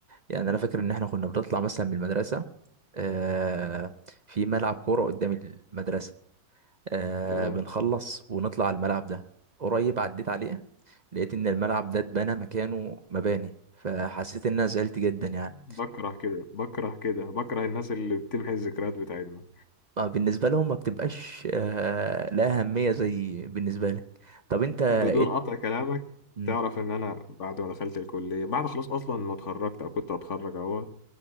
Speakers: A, on the right (about 40°); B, on the left (about 50°).
A: يعني انا فاكر ان احنا كنا بنطلع مثلا من المدرسة آه، في ملعب كورة قدام المدرسة آه،
B: تمام
A: بنخلص ونطلع على الملعب ده قريب عديت عليه لقيت ان الملعب ده اتبنى مكانه مباني فحسيت ان انا زعلت جدا يعني
B: بكره كده بكره كده بكره الناس اللي بتمحي الذكريات بتاعتنا
A: ما بالنسبة لهم ما بتبقاش آه، لا أهمية زي بالنسبة لك طب أنت
B: بدون
A: إد...
B: قطع كلامك
A: مم،
B: تعرف ان انا بعد ما دخلت الكلية بعد خلاص اصلا ما اتخرجت او كنت هتخرج اهو